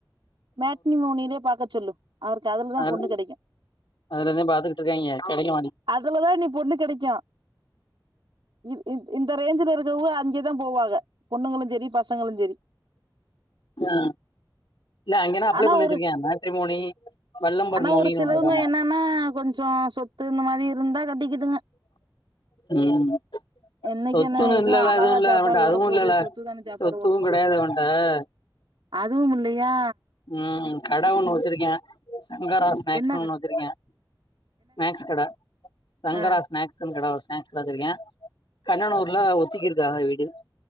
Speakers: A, on the right; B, on the left.
A: மேட்னி மோனிலய பாக்க சொல்லு அவருக்கு அதுலதா
B: அதுல
A: பொண்ணு கிடைக்கும்
B: அதுலதா பாத்துக்கிட்டு இருக்காய்ங்க கெடைக்க
A: அதுலதா நீ பொண்ணு கிடைக்கும் இ இ இந்த ரேஞ்சல இருக்கவங்க அங்கதா போவாங்க பொண்ணுங்களுஞ் செரி பசங்களுஞ் செரி
B: ஹா இல்ல அங்கனா அப்ளை
A: ஆனா
B: பண்ண
A: ஒரு
B: வச்சிருக்கேன்
A: ஸ்
B: மேட்ரி மோனி வல்லம்பர்
A: ஆனா
B: மோனனு
A: ஒரு சிலவங்க
B: ஒண்ணுதமா
A: என்னன்னா கொஞ்சோ சொத்து இந்த மாரி இருந்தா கட்டிக்கிதுங்க
B: உம்
A: என்னைக்கு
B: சொத்துன்னு
A: என்ன எதுவு
B: இல்லல
A: அழகா
B: அதுவும் இல்ல
A: சாப்பாடு
B: அவன் அதுவும்
A: ஓட போது
B: இல்லல்ல
A: சொத்து தான சாப்பாடு
B: சொத்துவும்
A: ஓட போது
B: கிடையாது
A: அப்டின்னு
B: அவன்ட <unintelligible>
A: அதுவும் இல்லயா
B: உம் கட ஒன்னு வச்சிருக்கே சங்கரா ஸ்நாக்ஸ்னு
A: என்ன
B: ஒண்ணு வச்சிருக்கே ஸ்நாக்ஸ் கட சங்கரா
A: ஆ
B: ஸநாக்ஸ்னு கட ஒ ஹ சொல்லவந்ருக்கே கண்ணனூர்ல ஒத்திக்கு இருக்காங்க வீடு